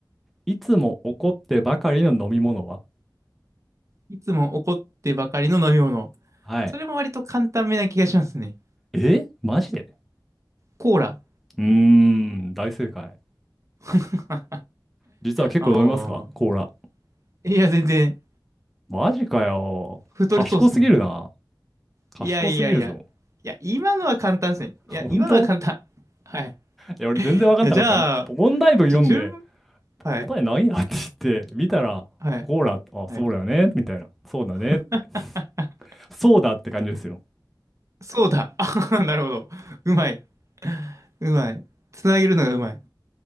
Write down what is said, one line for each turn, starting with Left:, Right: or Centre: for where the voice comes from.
Centre: いつも怒ってばかりの飲み物は
Right: いつも怒ってばかりの飲み物。
Centre: はい。
Right: それも割と簡単めな気がしますね。
Centre: えマジで
Right: コーラ。
Centre: うーん、大正解。
Right: <laughs>
Centre: 実は結構飲みますかコーラ。
Right: ああ。いや、全然、
Centre: マジかよ。
Right: 太りそうっすもん。
Centre: 賢すぎるな。賢すぎるぞ。
Right: いやいやいや。いや、今のは簡単ですね。
Centre: <laughs>
Right: いや、
Centre: 本当
Right: 今のは簡単。はい。
Centre: いや、俺全然わかんなかったよ。
Right: いや、じゃあ、
Centre: 問題文読んで、
Right: ちょ、十分。はい。
Centre: 答えないやって言って、見たら、
Right: はい。
Centre: コーラ、あ、
Right: はい。
Centre: そうだよね、みたいな。そうだねって。
Right: <laughs>
Centre: そうだって感じですよ。
Right: そうだ。<laughs> あははなるほど。うまい。うまい。つなげるのがうまい。